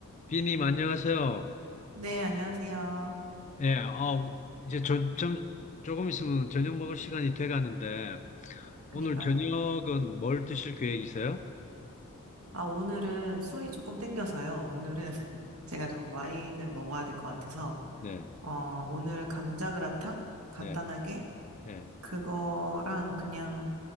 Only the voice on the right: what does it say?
네, 안녕하세요.
그니까요.
아, 오늘은 술이 조금 땡겨서요. 오늘은 <laughs> 제가 좀 와인을 먹어야 될 것 같아서,
어, 오늘은 감자그라탕? 간단하게?
그거랑 그냥